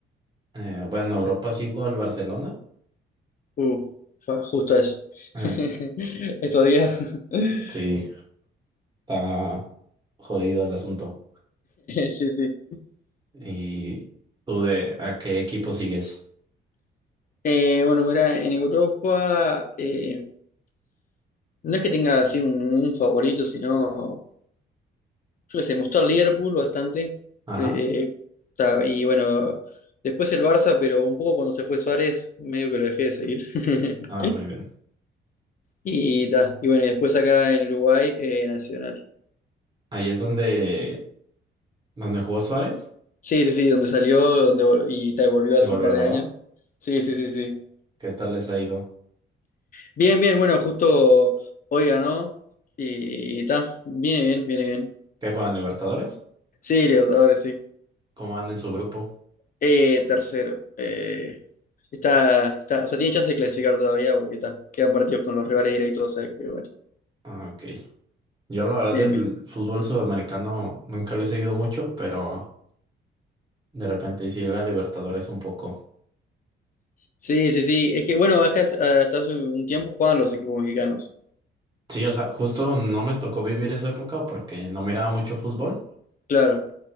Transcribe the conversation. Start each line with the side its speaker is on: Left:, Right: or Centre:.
Right: Eh, bueno, Europa sigo al Barcelona.
Left: Uh, fa- justo eso.
Right: Eh,
Left: <laughs> Estos días. <laughs>
Right: sí, está jodido el asunto.
Left: Sí, sí.
Right: ¿Y tú de a qué equipo sigues?
Left: Eh, bueno, mira, en Europa eh, no es que tenga así un, un favorito, sino, yo qué sé, me gustó el Liverpool bastante.
Right: Ajá.
Left: Eh, ta- y bueno, después el Barça, pero un poco cuando se fue Suárez, medio que lo dejé de seguir. <laughs>
Right: Ah, muy bien.
Left: Y, ta, y bueno, y después acá en Uruguay, eh, Nacional.
Right: Ahí es donde, donde jugó Suárez
Left: Sí, sí, sí, donde salió donde, vol- y ta, volvió
Right: y
Left: hace
Right: volvió,
Left: un par de
Right: ¿verdad?
Left: años. Sí, sí, sí, sí.
Right: ¿Qué tal les ha ido?
Left: Bien, bien, bueno, justo hoy ganó. Y, y ta, viene bien, viene bien.
Right: ¿Qué juegan Libertadores?
Left: Sí, Libertadores, sí.
Right: ¿Cómo van en su grupo?
Left: Eh, tercero. Eh, está, está, o sea, tiene chance de clasificar todavía porque está, quedan partidos con los rivales directos, o sea que bueno,
Right: Ah, ok. Yo la verdad
Left: bien,
Right: del
Left: bien.
Right: fútbol sudamericano nunca lo he seguido mucho, pero de repente sí la Libertadores un poco.
Left: Sí, sí, sí. Es que bueno, es que hasta, hasta hace un tiempo jugaban los equipos mexicanos.
Right: Sí, o sea, justo no me tocó vivir esa época porque no miraba mucho fútbol.
Left: Claro,